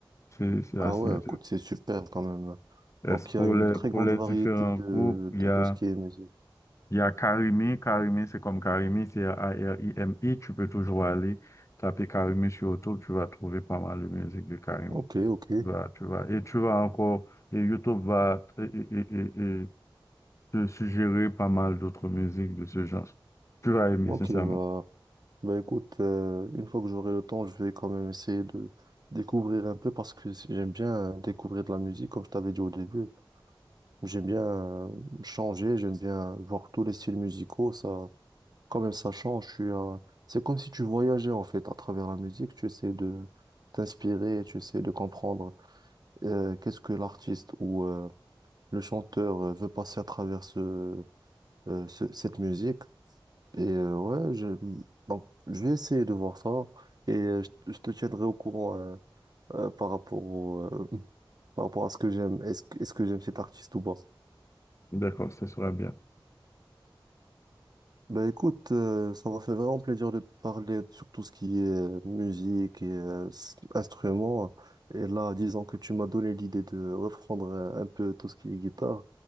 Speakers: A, on the left; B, on the right.
A: C'est c'est
B: Ah
A: assez
B: ouais,
A: intéressant.
B: écoute, c'est super quand même.
A: Est-ce
B: Donc,
A: Pour
B: il y a une
A: les,
B: très
A: pour
B: grande
A: les
B: variété
A: différents
B: de,
A: groupes, il
B: de
A: y a.
B: tout ce qui est musique.
A: Il y a Karimi, Karimi, c'est comme Karimi, c'est A-R-I-M-I. Tu peux toujours aller taper Karimi sur YouTube, tu vas trouver pas mal de musique de Karimi.
B: Ok, ok,
A: Bah, tu vas, et tu vas encore, et YouTube va et- et- et- et te suggérer pas mal d'autres musiques de ce genre. Tu vas aimer,
B: ok,
A: sincèrement.
B: bah. Bah écoute, euh, une fois que j'aurai le temps, je vais quand même essayer de découvrir un peu parce que j'aime bien euh, découvrir de la musique, comme je t'avais dit au début. J'aime bien euh, changer, j'aime bien voir tous les styles musicaux. Ça, quand même, ça change. Je suis, euh, c'est comme si tu voyageais en fait à travers la musique. Tu essaies de t'inspirer, tu essaies de comprendre euh, qu'est-ce que l'artiste ou euh, le chanteur euh, veut passer à travers ce, euh, ce- cette musique. Et euh, ouais, je... Donc, je vais essayer de voir ça et euh, je, je te tiendrai au courant euh, euh, par rapport au, euh, <laughs> par rapport à ce que j'aime. Est-ce que, est-ce que j'aime cet artiste ou pas?
A: D'accord, ce sera bien.
B: Ben écoute, euh, ça m'a fait vraiment plaisir de te parler sur tout ce qui est euh, musique et euh, s- instruments. Et là, disons que tu m'as donné l'idée de reprendre euh, un peu tout ce qui est guitare.